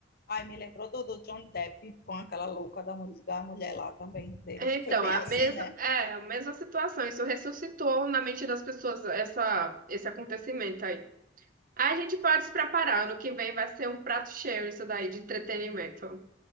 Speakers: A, on the left; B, on the right.
A: Aí me lembrou do, do Johnny Depp com aquela louca da, mu- da mulher lá também dele,
B: Então,
A: que foi bem
B: a
A: assim,
B: mesma,
A: né?
B: é, a mesma situação. Isso ressuscitou na mente das pessoas essa, esse acontecimento aí. A gente pode se preparar. Ano que vem vai ser um prato cheio isso daí de entretenimento.